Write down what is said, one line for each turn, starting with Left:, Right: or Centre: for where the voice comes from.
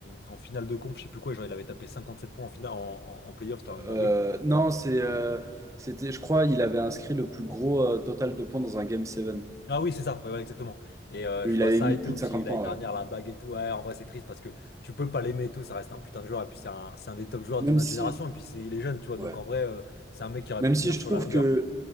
Left: en finale de conf, je sais plus quoi. Genre, il avait tapé 57 points en finale, en, en, en playoff, c'était un dinguerie.
Right: Euh, non, c'est, euh, c'était, je crois, il avait inscrit le plus gros euh, total de points dans un Game 7.
Left: Ah oui, c'est ça, ouais, ouais, exactement. Et euh,
Right: Il
Left: je vois
Right: avait
Left: ça
Right: mis
Left: et
Right: plus
Left: tout,
Right: de
Left: puis
Right: 50
Left: l'année
Right: points,
Left: dernière,
Right: ouais.
Left: la bague et tout, ouais, en vrai, c'est triste parce que tu peux pas l'aimer et tout, ça reste un putain de joueur, et puis c'est un, c'est un des top joueurs
Right: Même
Left: de notre
Right: si,
Left: génération, et puis c'est, il est jeune, tu vois,
Right: ouais.
Left: donc en vrai, euh, c'est un mec qui aurait
Right: Même
Left: pu
Right: si
Left: tenir
Right: je
Left: sur
Right: trouve
Left: la longueur.
Right: que,